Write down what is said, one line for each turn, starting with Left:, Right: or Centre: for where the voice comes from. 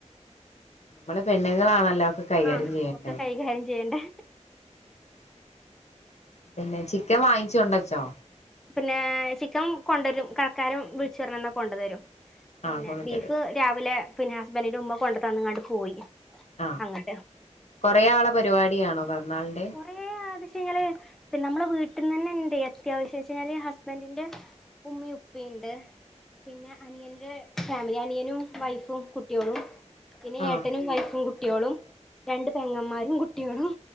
Left: നമ്മള് പെണ്ണുങ്ങളാണല്ലോ ഒക്കെ കൈകാര്യം
Centre: ആ
Left: ചെയ്യണ്ടേ
Centre: ഓക്കെ കൈകാര്യം ചെയ്യേണ്ടേ.
Left: പിന്നെ ചിക്കൻ വാങ്ങിച്ചൊണ്ടച്ചോ?
Centre: പിന്നേ ചിക്കൻ കൊണ്ടരും കടക്കാരെ വിളിച്ചു പറഞ്ഞന്നാ കൊണ്ടുതരും. പിന്നെ
Left: ആഹ് കൊണ്ടുത്തരും
Centre: ബീഫ് രാവിലെ പിന്നെ ഹസ്ബന്റിന്റെ ഉമ്മ കൊണ്ടു തന്ന്കാണ്ട് പോയി.
Left: ആ
Centre: അങ്ങട്ട്
Left: കൊറേ ആളെ പരിപാ ടി ആണോ പെ റന്നാളിന്റെ?
Centre: കൊറേ <unintelligible> നമ്മളെ വീട്ട്ന്നന്നെ ഇണ്ട് അത്യാവശ്യന്നച്ച് കഴിഞ്ഞാല് ഹസ്ബന്റിന്റെ ഉമ്മയും ഉപ്പയിണ്ട് പിന്നെ അനിയന്റെ ഫാമിലി അനിയനും വൈഫും കുട്ടിയോളും പിന്നെ
Left: ആഹ്
Centre: ഏട്ടനും വൈഫും കുട്ട ട്ടിയോളും രണ്ട് പെങ്ങന്മാരും കുട്ടിയോളും